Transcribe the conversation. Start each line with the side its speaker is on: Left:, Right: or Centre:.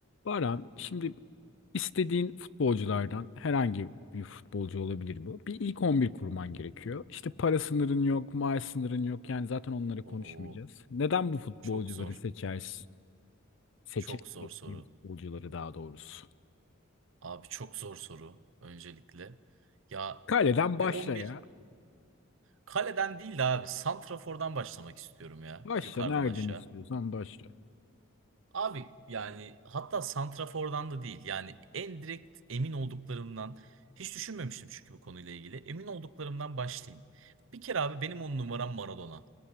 Left: Baran, şimdi istediğin futbolculardan herhangi bir futbolcu olabilir bu. Bir ilk 11 kurman gerekiyor. İşte para sınırın yok, maaş sınırın yok. Yani zaten onları
Right: Oo,
Left: konuşmayacağız. Neden bu futbolcuları
Right: çok zor.
Left: seçersin? Seçe,
Right: Çok zor
Left: seçtiğin
Right: soru.
Left: futbolcuları daha doğrusu.
Right: Abi çok zor soru öncelikle. Ya
Left: Kaleden başla
Right: bir on bir
Left: ya.
Right: kaleden değil de abi santrafordan başlamak istiyorum ya
Left: Başla
Right: yukarıdan
Left: nereden
Right: aşağı.
Left: istiyorsan başla.
Right: Abi yani hatta santrafordan da değil. Yani en direkt emin olduklarımdan hiç düşünmemiştim çünkü bu konuyla ilgili. Emin olduklarımdan başlayayım. Bir kere abi benim on numaram Maradona.